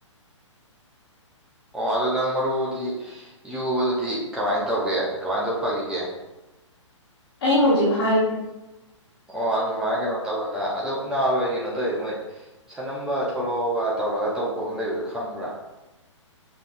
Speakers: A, in the centre; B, on the left.
A: ꯑꯣ ꯑꯗꯨ ꯅꯪ ꯃꯔꯨꯗꯤ ꯌꯨꯕꯗꯨꯗꯤ ꯀꯃꯥꯏꯅ ꯇꯧꯒꯦ ꯀꯃꯥꯏꯅ ꯇꯧ ꯐꯒꯤꯒꯦ
B: ꯑꯩ ꯍꯧꯖꯤꯛ ꯍꯥꯏꯗꯨꯗꯤ
A: ꯑꯣ ꯑꯗꯨꯃꯥꯏꯅ ꯀꯩꯅꯣ ꯇꯧꯔꯒ ꯑꯗꯣ ꯅꯍꯥꯟꯋꯥꯏ ꯀꯩꯅꯣ ꯇꯧꯋꯦ ꯃꯣꯏ ꯁꯅꯝꯕ ꯊꯣꯛꯂꯛꯑꯣꯒ ꯇꯧꯔꯒ ꯇꯧꯕ ꯑꯃ ꯂꯩꯕꯗꯣ ꯈꯪꯕ꯭ꯔꯥ